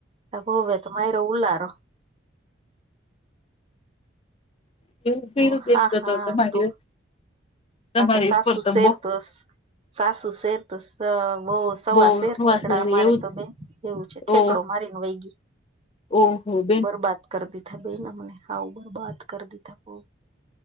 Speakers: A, on the right; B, on the left.
A: તો હુવે તો માયરો ઉલ્લાારો.
B: એવું કર્યું
A: ઓ
B: બેન
A: હા
B: તો
A: હા
B: તમારી
A: તો.
B: તમારી
A: હા તો સાસુ
B: ઉપર તો
A: શેર
B: બો
A: તોસ, સાસુ શેર તોસ અ બઉ સવા
B: બો
A: શેર
B: હવાસ
A: નીકળે અમારે
B: એવું
A: તો બેન એવું છે, ઠેકડો
B: ઓ
A: મારીને વઈ ગઈ.
B: ઓહો બેન.
A: બરબાદ કરી દીધા બેન, અમને હાવ બરબાત. કર દીધા બો.